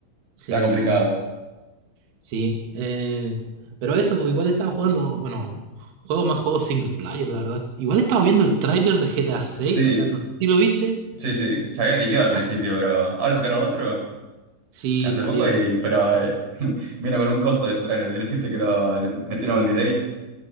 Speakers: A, on the right; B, on the right.
A: sí,
B: Era complicado.
A: no. Sí, eh, pero eso, pues igual estaba jugando, bueno, juegos más juegos single player, la verdad. Igual estaba viendo el tráiler de GTA 6,
B: Sí,
A: o sea, no sé si lo viste.
B: sí, sí, se había liqueado al principio,
A: Ah,
B: pero ahora sacaron otro
A: sí,
B: hace
A: salieron.
B: poco y, pero, eh, <laughs> vino con un costo de ese trailer, viste que lo le metieron un delay.